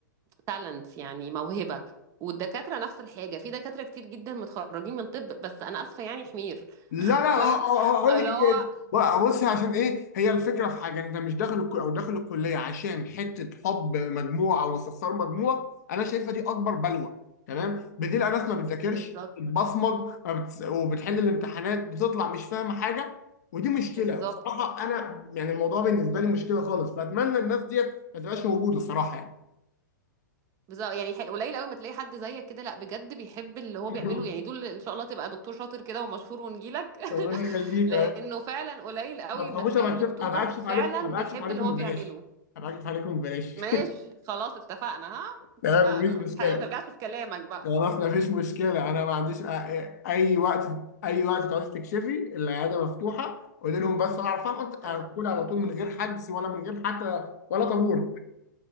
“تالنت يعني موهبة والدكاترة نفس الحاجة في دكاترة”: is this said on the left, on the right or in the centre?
Right